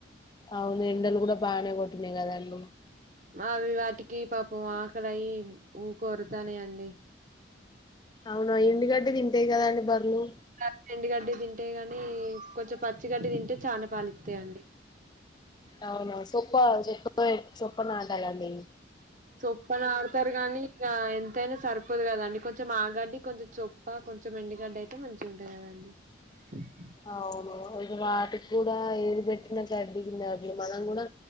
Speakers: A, on the left; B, on the right.
A: అవును ఎండలు కూడా బాగానే కొట్టిన్నాయి కదండి
B: అవి వాటికి పాపం ఆకలి అయి ఊక వొర్రుతన్నాయి అండి
A: అవునా ఎందుకంటే ఇంతే కదా అండి ధరలు
B: ఆ ఎండిగడ్డి తింటే గాని కొంచెం పచ్చిగడ్డి తింటే చాలా పాలిస్తాయంండి
A: అవును సోఫ చె సొఫనటా కదండీ
B: సొప్పన ఆడతారు గానీ ఇంకా తని సరిపోదు కదండి కొంచెం ఆగడ్డి కొంచం చొప్ప కొంచెం ఎండిగడ్డి అయితే మంచిగా ఉంటుంది కదండి అ
A: అవును ఇది వాటికి కూడా ఏది పెట్టినా <unintelligible> మనం కూడా